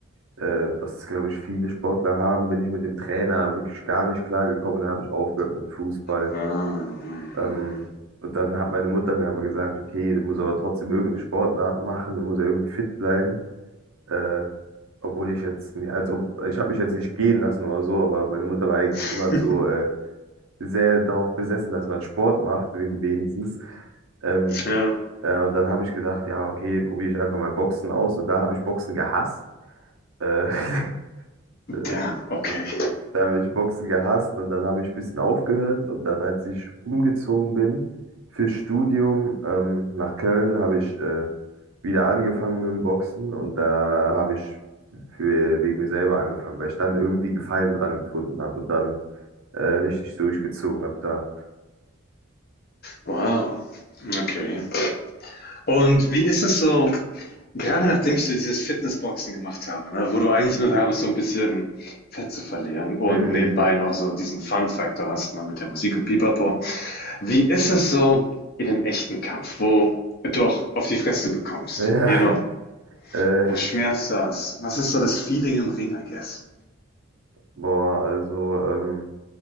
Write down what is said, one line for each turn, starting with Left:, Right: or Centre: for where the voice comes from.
Right: äh, was glaube ich viele Sportler haben, bin ich mit dem Trainer wirklich gar nicht klar gekommen. Da habe ich aufgehört mit Fußball.
Left: ah, mhm.
Right: Ähm, und dann hat meine Mutter mir aber gesagt, okay, du musst aber trotzdem irgendeine Sportart machen, du musst ja irgendwie fit bleiben. Äh, obwohl ich jetzt, nie- als ob, ich habe mich jetzt nicht gehen lassen oder so, aber meine Mutter war eigentlich
Left: <laughs>
Right: immer so äh, sehr darauf besessen, dass man Sport macht, wen- wenigstens. Ähm,
Left: Ja,
Right: ja, und dann habe ich gedacht, ja, okay, probiere ich einfach mal Boxen aus. Und da habe ich Boxen gehasst. Äh, <laughs> Äh,
Left: damn, okay.
Right: äh, Da habe ich Boxen gehasst und dann habe ich ein bisschen aufgehört. Und dann, als ich umgezogen bin fürs Studium ähm, nach Köln, habe ich äh, wieder angefangen mit dem Boxen und da habe ich für, wegen mir selber angefangen, weil ich dann irgendwie Gefallen dran gefunden habe und dann äh, richtig durchgezogen habe da.
Left: Wow, okay. Und wie ist es so, gerade nachdem ich so dieses Fitnessboxen gemacht habe, ne, wo du eigentlich nur da bist, so ein bisschen Fett zu verlieren und
Right: Mhm.
Left: nebenbei noch so diesen Fun-Faktor hast, ne, mit der Musik und Pipapo. Wie ist es so in dem echten Kampf, wo du auch auf die Fresse bekommst,
Right: Ja,
Left: you know?
Right: <laughs> äh,
Left: Wo schmerzt das? Was ist so das Feeling im Ring, I guess?
Right: boah, also ähm,